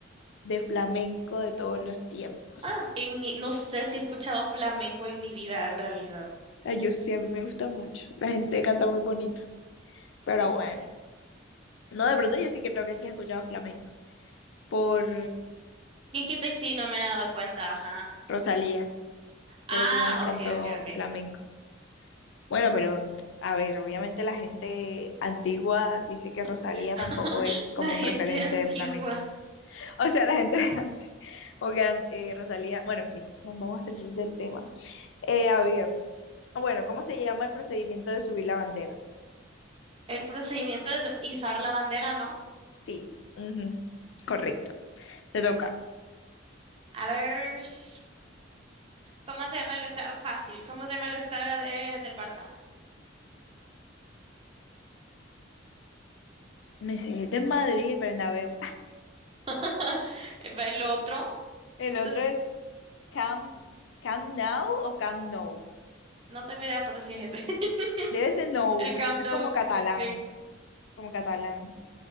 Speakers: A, on the left; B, on the right.
A: de flamenco de todos los tiempos.
B: Ah, en mi- no sé si he escuchado flamenco en mi vida, en realidad.
A: Ay, yo sí, a mí me gusta mucho. La gente canta muy bonito, pero bueno. No, de pronto yo sí creo que sí he escuchado flamenco por
B: ¿Quién quita y sí? No me he dado cuenta, ajá.
A: Rosalía. Creo
B: Ah,
A: que una vez cantó
B: ok, ok, ok.
A: flamenco. Bueno, pero a ver, obviamente la gente antigua dice que Rosalía
B: <laughs>
A: tampoco es como
B: La gente
A: un referente
B: antigua.
A: de flamenco. <laughs> O sea, la gente de antes, o que an- eh, Rosalía, bueno, en fin, nos vamos a salir del tema. Eh, a ver, bueno, ¿cómo se llama el procedimiento de subir la bandera?
B: El procedimiento es izar la bandera, ¿no?
A: Sí, ujú, correcto, te toca.
B: A ver, s- ¿cómo se llama el estadio? Fácil, ¿cómo se llama el estadio de- del Barça?
A: Me sé, es de Madrid, Bernabéu. <laughs>
B: <laughs> El otro,
A: El
B: entonces,
A: otro es Camp, Camp Now o Camp No.
B: no tengo idea, pero sí es ese. <laughs>
A: Debe ser No,
B: El
A: porque
B: Camp
A: eso es
B: Nou,
A: como
B: sí,
A: catalán,
B: sí, sí.
A: como catalán.